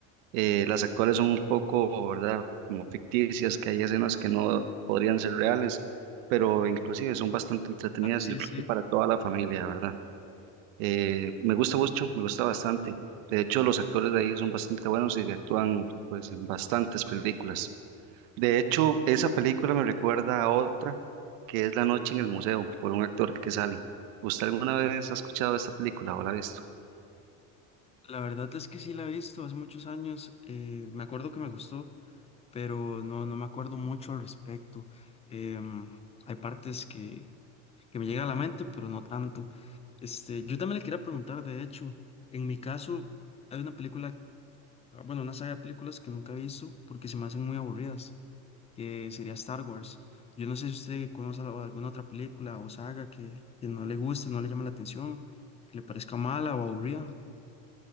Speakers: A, on the right; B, on the left.
A: eh, las actuales son un poco, ¿verdad? Como ficticias, que hay escenas que no podrían ser reales, pero inclusive son bastante entretenidas
B: Ah, sí,
A: y yo creo
B: sí.
A: que para toda la familia, ¿verdad? Eh, me gusta mucho, me gusta bastante. De hecho, los actores de ahí son bastante buenos y actúan pues en bastantes películas. De hecho, esa película me recuerda a otra que es La noche en el museo, por un actor que sale. ¿Usted alguna vez ha escuchado esta película o la ha visto?
B: La verdad es que sí la he visto hace muchos años. eh, me acuerdo que me gustó, pero no, no me acuerdo mucho al respecto. Em, hay partes que, que me llegan a la mente, pero no tanto. Este, yo también le quería preguntar, de hecho, en mi caso, hay una película, ah, bueno, una saga de películas que nunca he visto porque se me hacen muy aburridas. que sería Star Wars. Yo no sé si usted conoce al- alguna otra película o saga que, que no le guste, no le llame la atención, que le parezca mala o aburrida.